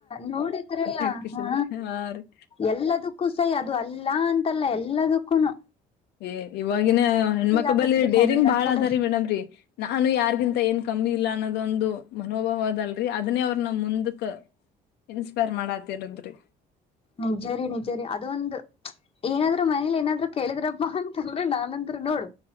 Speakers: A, on the left; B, on the left.
A: ನೋಡಿದ್ರಲ್ಲ
B: ಹೇಳ್ಕಿಶಂದ್ರಿ
A: ಹಾ
B: ಹಾ ರೀ
A: ಎಲ್ಲದಕ್ಕೂ ಸೈ ಅದು ಅಲ್ಲಾ ಅಂತಲ್ಲ ಎಲಾ ಎಲ್ಲ ದಕ್ಕೂನು
B: ಏ ಇವಾಗಿನ ಹೆಣ್ಮಕ್ಳ
A: ಆಗತ್ರಿ
B: ಬಳಿ ಡೇರಿಂಗ್
A: ಹೆಣ್ಮಕ್ಳು
B: ಬಾಳ್ ಅದಾರಿ ಮೇಡಮ್ರೀ ನಾನು ಯಾರ್ಗಿಂತ ಏನ್ ಕಮ್ಮಿ ಇಲ್ಲ ಅನ್ನೋ ದೊಂದು ಮನೋಭಾವ ಅದಲ್ರರಿ ಅದನ್ನೇ ಅವ್ರ ನ ಮುಂದಕ್ ಇನ್ಸ್ಪೈರ್ ಮಾಡತಿರದ್ರಿ
A: ನಿಜ್ಜರಿ ನಿಜ್ಜ ರೀ ಅದೊಂದು ಏನಾದ್ರು ಮನೇಲಿ ಏನಾದ್ರು ಕೇಳಿದ್ರಪ್ಪಾ ಅಂತಂದ್ರೆ ನಾನಂದ್ರು ನೋಡು